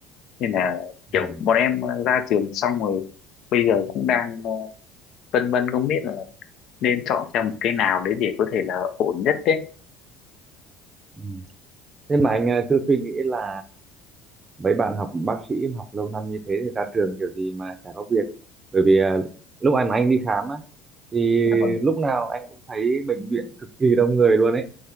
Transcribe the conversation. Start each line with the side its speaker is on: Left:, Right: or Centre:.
Left: Nên là kiểu
Right: Ừ.
Left: bọn em ờ, ra trường xong rồi bây giờ cũng đang ờ, vân vân không biết là nên chọn theo một cái nào đấy để có thể là ổn nhất đấy.
Right: Ừ. Thế mà anh ờ, cứ suy nghĩ là mấy bạn học bác sĩ học lâu năm như thế thì ra trường kiểu gì mà chả có việc. Bởi vì ờ, lúc anh mà anh đi khám á, thì
Left: Dạ vâng,
Right: lúc nào anh cũng thấy bệnh viện cực kỳ đông người luôn ấy.